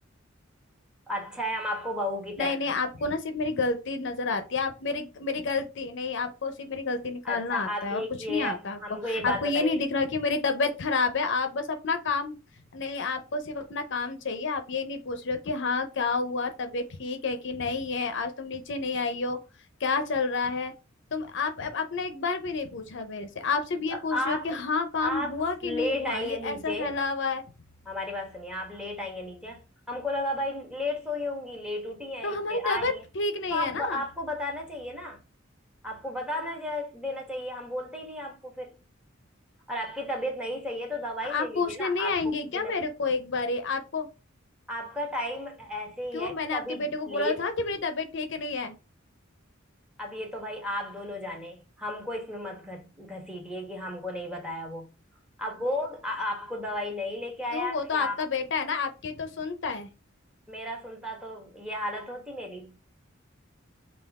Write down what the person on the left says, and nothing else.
नहीं
नहीं
आपको
ना सिर्फ मेरी गलती नजर आती है आप मेरी मेरी गलती नहीं आपको सिर्फ मेरी गलती निकालना
आता
है
और कुछ
नहीं आता आपको
आपको
ये नहीं दिख रहा कि मेरी तबीयत खराब है आप बस अपना काम नहीं आपको सिर्फ अपना काम चाहिए आप ये नहीं पूछ रहे हो कि हाँ क्या हुआ तबीयत ठीक है कि नहीं है आज तुम नीचे नहीं आई हो क्या चल रहा है तुम आप आप- आपने एक बार भी नहीं पूछा मेरे से आप सिर्फ ये
पूछ
रहे हो कि हाँ काम
हुआ
कि नहीं हुआ
ये
ऐसा फैला हुआ है
तो
हमारी तबीयत
ठीक नहीं
है ना
तो
आप पूछने
नहीं
आएंगे
क्या
मेरे को एक बारी आपको
क्यों
मैंने
आपके बेटे को बोला
था कि मेरी तबीयत ठीक नहीं है
क्यों वो तो
आपका
बेटा है ना आपके तो सुनता है